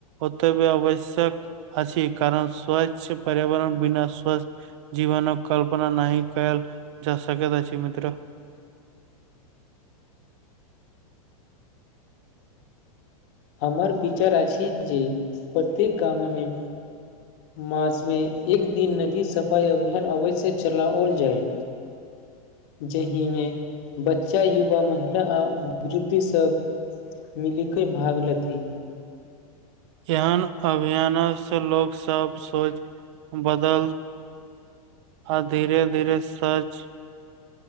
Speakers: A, on the right; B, on the left.
A: ओतबे आवश्यक अछि कारण स्वच्छ पर्यावरण बिना स्वस्थ जीवन कल्पना नहि कल जा सकैत अछि मित्र
B: हमर विचार अछि जे प्रत्येक गाम मे मासमे एक दिन नदी सफाइ अभियान अवश्य चलाओल जाय जाहिमे बच्चा युवा महिला आ वृद्ध सब मिलिके भाग लेथि
A: एहन अभियान से लोकग सब सोच बदल आ धीरे धीरे सच